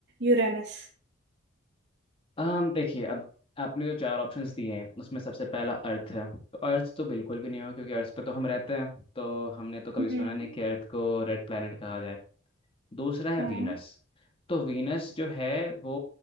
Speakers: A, on the right; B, on the left.
A: यूरेनस
B: हम देखिए अब आपने जो चार ऑप्शंस दिए हैं उसमें सबसे पहला अर्थ है तो अर्थ तो बिल्कुल भी नहीं होगा क्योंकि अर्थ पे तो हम रहते हैं तो हमने तो कभी
A: हम्म
B: सुना नहीं कि अर्थ को रेड प्लैनेट कहा दूसरा है
A: हाँ
B: वीनस तो वीनस जो है वो